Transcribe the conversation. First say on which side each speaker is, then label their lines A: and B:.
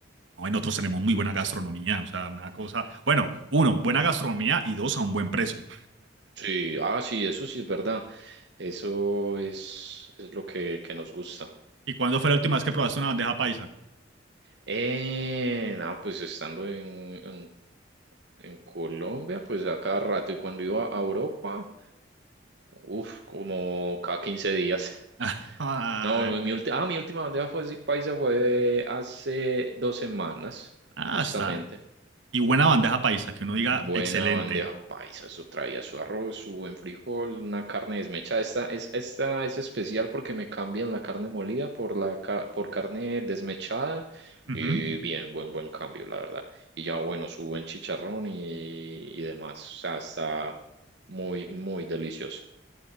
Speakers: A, on the right; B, on the right.
A: No, en otros tenemos muy buena gastronomía, o sea, una cosa. Bueno, uno, buena gastronomía y dos, a un buen precio.
B: Sí, ah, sí, eso sí es verdad. Eso es, es lo que, que nos gusta.
A: ¿Y cuándo fue la última vez que probaste una bandeja paisa?
B: Eh, no, pues estando en, en en Colombia, pues a cada rato. Y cuando iba a Europa, Uf, como cada 15 días. <laughs>
A: <laughs>
B: No, mi, mi ulti- ah, mi última bandeja fue, sí, paisa fue hace dos semanas,
A: Ah,
B: justamente.
A: está. Y buena bandeja paisa, que uno diga
B: Buena
A: excelente.
B: bandeja paisa, eso traía su arroz, su buen frijol, una carne desmechada. Esta es, esta es especial porque me cambian la carne molida por, la, ca- por carne desmechada.
A: Ujú.
B: Y bien, buen, buen cambio, la verdad. Y ya, bueno, su buen chicharrón y, y demás. O sea, está muy, muy delicioso. <laughs>